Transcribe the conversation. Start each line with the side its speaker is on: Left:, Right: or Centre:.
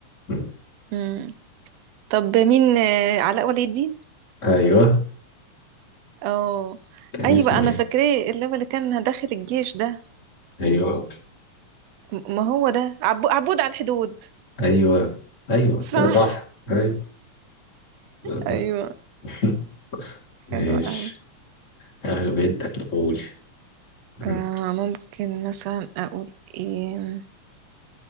Left: مم.
Right: مم. طب مين آه، علاء ولي الدين
Left: <laughs> ايوه
Right: اه
Left: كان
Right: ايوه
Left: اسمه
Right: انا
Left: ايه
Right: فاكراه اللي هو اللي كان داخل الجيش ده
Left: ايوه
Right: م- ما هو ده عبو عبود على الحدود
Left: ايوه ايوه
Right: صح
Left: كده صح ايوه مم.
Right: ايوه
Left: <laughs> ماشي
Right: حلو قوي
Left: حلو جدا قول مم.
Right: آه ممكن مثلا اقول ايه